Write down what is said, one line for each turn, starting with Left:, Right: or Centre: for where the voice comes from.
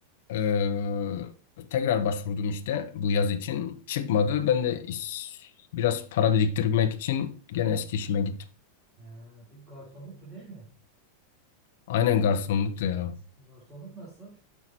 Left: Ee, tekrar başvurdum işte bu yaz için. Çıkmadı. Ben de iş- biraz para biriktirmek için gene eski işime gittim.
Right: Ha. Peki garsonluktu değil mi?
Left: Aynen garsonluktu ya.
Right: Garsonluk nasıl?